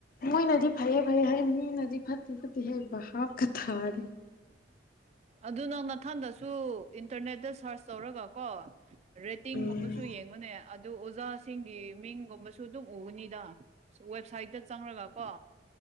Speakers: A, on the left; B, on the right.
A: ꯃꯣꯏꯅꯗꯤ ꯐꯩꯌꯦ ꯐꯩ ꯍꯥꯏ ꯃꯤꯅꯗꯤ ꯐꯠꯇꯦ ꯐꯠꯇꯦ ꯍꯩ ꯚꯥꯞꯀꯥ ꯊꯥꯗꯦ
B: ꯑꯗꯨ ꯅꯪ ꯅꯊꯟꯗꯁꯨ ꯏꯟꯇꯔꯅꯦꯠꯇ ꯁꯥꯔꯁ ꯇꯧꯔꯒꯀꯣ ꯔꯦꯇꯤꯡꯒꯨꯝꯕꯁꯨ
A: ꯎꯝ
B: ꯌꯦꯡꯉꯣꯅꯦ ꯑꯗꯨ ꯑꯣꯖꯥꯁꯤꯡꯒꯤ ꯃꯤꯡꯒꯨꯝꯕꯁꯨ ꯁꯨ ꯑꯗꯨꯝ ꯎꯕꯅꯤꯗ ꯋꯦꯕꯁꯥꯏꯠꯇ ꯆꯪꯔꯉꯒ ꯀꯣ